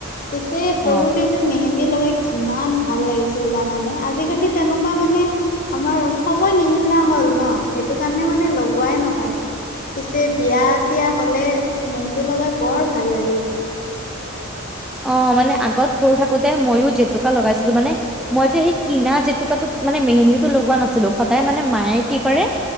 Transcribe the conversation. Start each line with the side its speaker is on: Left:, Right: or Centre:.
Left: পিছে সৰুতে
Centre: অ
Left: যে মেহেন্দী লগাই কিমান ভাল লাগিছি জানা নে আজিকালি তেনেকুৱা মানে আমাৰ সময় নিমিলা হ'ল ন' সেইটো কাৰণে মান নে লগোৱাই নহয়। পিছে বিয়া-চিয়া হ'লে মেহেন্দী লগাই বৰ ভাল লাগে।
Centre: অঁ মানে আগত সৰু থাকোতে মইও জেতুকা লগাইছিলো মানে মই যে সেই কিনা জেতুকাটো মানে মেহেন্দীটো লগোৱা নাছিলো, সদায় মানে মায়ে কি কৰে